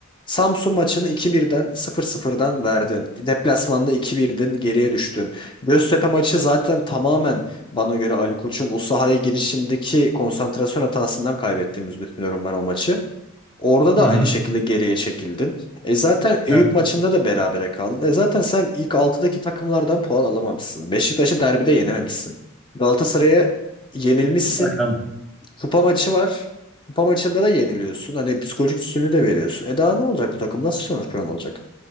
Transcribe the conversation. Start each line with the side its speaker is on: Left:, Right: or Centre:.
Left: Samsun maçını iki birden sıfır sıfır'dan verdin. Deplasmanda iki birden geriye düştün. Göztepe maçı zaten tamamen bana göre Ali Koç'un o sahaya girişindeki konsantrasyon hatasından kaybettiğimizi düşünüyorum ben o maçı. Orada da
Centre: Hı hı.
Left: aynı şekilde geriye çekildin. E zaten Eyüp
Centre: Evet.
Left: maçında da berabere kaldın. E zaten sen ilk altıdaki takımlardan puan alamamışsın. Beşiktaş'ı derbide yenememişsin. Galatasaray'a yenilmişsin.
Centre: Bakalım.
Left: Kupa maçı var. Kupa maçında da yeniliyorsun. Hani psikolojik üstünlüğü de veriyorsun. E daha ne olacak bu takım? Nasıl şampiyon olacak?